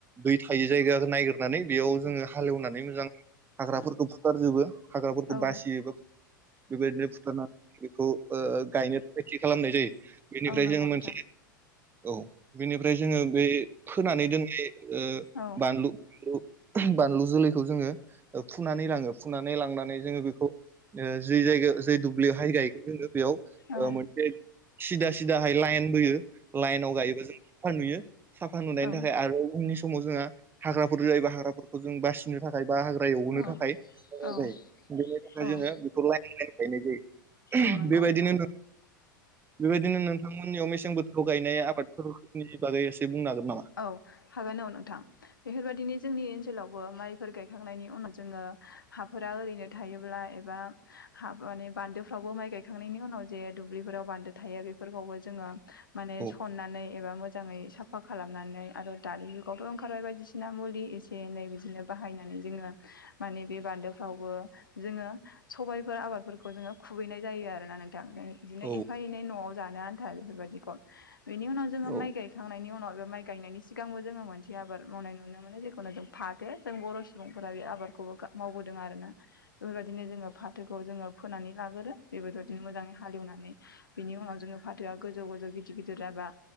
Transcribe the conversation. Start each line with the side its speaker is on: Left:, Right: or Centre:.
Right: दै थायि जायगा नायगिरनानै बेयाव जोङो हालेवनानै मोजां हाग्राफोरखौ फुथारजोबो। हाग्राफोरखौ
Left: औ
Right: बासियोबो। बेबायदिनो बुथारनानै बेखौ ओ गायनो थाखाय थि खालामनाय जायो। बेनिफ्राय
Left: औ नंगौ
Right: जों
Left: नोंथां
Right: मोनसे औ बेनिफ्राय जोङो बे फोनानै दोननाय ओ
Left: औ
Right: बानलु बानलु जोलैखौ जोङो फुनानै लाङो फुनानै लांनानै जोङो बेखौ ओ जै जायगायाव जै दुब्लियावहाय गायगोन जोङो बेयाव ओ
Left: औ
Right: मोनसे सिदा सिदाहाय लाइन बोयो लाइनाव गायोबा जों साफा नुयो। साफा नुनायनि
Left: औ
Right: थाखाय आरो उननि समाव जोंहा हाग्राफोर जायोबा हाग्राफोरखौ जों बासिनो थाखाय बा हाग्रा एवनो थाखाय
Left: औ
Right: बेनि
Left: औ
Right: थाखाय
Left: औ
Right: जोङो बेखौ लाइन लाइन गायनाय जायो।
Left: औ नंगौ
Right: बेबायदिनो
Left: नोंथां
Right: नों बेबायदिनो नोंथांमोननियाव मेसें बोथोराव गायनाय आबादफोरनि बागै एसे बुंनो हागोन नामा?
Left: औ हागोन औ नोंथां बेफोरबायदिनो जोंनि ओनसोलावबो माइफोर गायखांनायनि उनाव जोङो हाफोरा ओरैनो थायोब्ला एबा हाब माने बान्दोफ्रावबो माइ गायखांनायनि उनाव जे दुब्लिफोराव बान्दो थायो बेफोरखौबो जोङो माने
Right: औ
Left: सननानै एबा मोजाङै साफा खालामनानै आरो दानि जुगावथ' ओंखारबाय बायदिसिना मुलि एसे एनै बिदिनो बाहायनानै जोङो माने बे बान्दोफ्रावबो जोङो सबायफोर आबादफोरखौ जोङो खुबैनाय जायो आरोना नोंथां। बिदिनो
Right: औ
Left: एफा एनै न'आव जानो आन्था बेफोरबायदिखौ बेनि उनाव जोङो
Right: औ
Left: माइ गायखांनायनि उनाव बे माइ गायनायनि सिगांबो जोङो मोनसे आबाद मावनाय नुनो मोनो जेखुनु जों फाथो जों बर' सुबुंफोरा बे आबादखौ मावबोदों आरोना। बेफोरबायदिनो जोङो फाथोखौ जोङो फोनानै लाग्रो बेबोथ'दिनो मोजाङै हालेवनानै बिनि उनाव जोङो फाथोआ गोजौ गोजौ गिदिर गिदिर जाबा